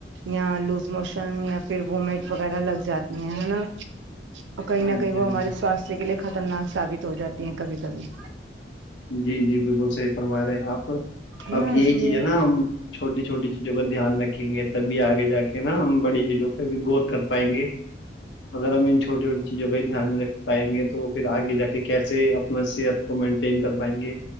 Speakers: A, on the right; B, on the left.
A: یا لوز موشن یا پھر وومٹ وغیرہ لگ جاتی ہیں نا اور کہیں
B: ہاں
A: نہ کہیں
B: جی ہاں
A: وہ ہمارے
B: جی
A: سوستھ کے لیے خطرناک ثابت ہو جاتی ہیں کبھی کبھی
B: جی جی بالکل صحیح فرما رہے ہیں آپ
A: ہے
B: اب
A: نا
B: یہی
A: اس لیے
B: چیز ہے نا ہم چھوٹی چھوٹی چیزوں کا دھیان رکھیں گے تبھی آگے جاکے نا ہم بڑی چیزوں پہ بھی غور کر پائیں گے اگر ہم ان چھوٹی چھوٹی چیزوں کا ہی دھیان نہیں رکھ پائیں گے تو پھر آگے جا کے کیسے اپنا صحت کو مینٹین کر پائیں گے